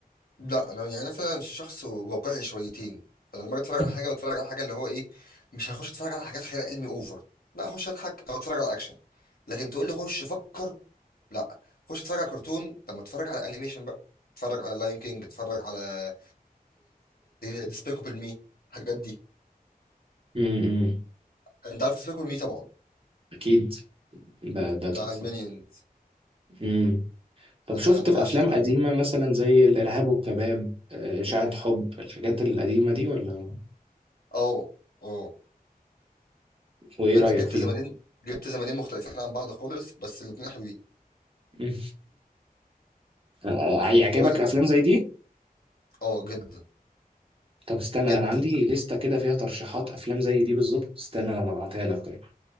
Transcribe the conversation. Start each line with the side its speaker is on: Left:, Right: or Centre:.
Left: لا انا يعني فعلا شخص واقعي شويتين فانا لما أجي
Right: <laughs>
Left: اتفرج على حاجه بتفرج على حاجه اللي هو ايه مش هخش اتفرج على حاجات خيال علمي اوفر لا اخش اضحك او اتفرج على اكشن لكن تقول لي خش فكر لا خش اتفرج على كرتون طب ما اتفرج على انيميشن بقى اتفرج على لاين كينج اتفرج على ديسبيكابل مي الحاجات دي
Right: امم
Left: انت عارف ديسبيكابل مي طبعا
Right: اكيد ده ده
Left: بتاع
Right: تحفة
Left: المينيونز
Right: امم طب
Left: انا
Right: شفت
Left: انا
Right: في
Left: بعشق
Right: افلام
Left: ده
Right: قديمة مثلا زي الارهاب والكباب آه، اشاعة حب الحاجات القديمة دي ولا
Left: اه اه
Right: وايه
Left: مع
Right: رأيك
Left: انك جبت
Right: فيها؟
Left: زمانين جبت زمانين مختلفين عن بعض خالص بس الاتنين حلوين
Right: مم. <laughs> آه، هيعجبك
Left: والله
Right: افلام زي دي؟
Left: اه جدا
Right: طب استنى
Left: جدا
Right: انا عندي لستة كده فيها ترشيحات افلام زي دي بالظبط استنى لما ابعتها لك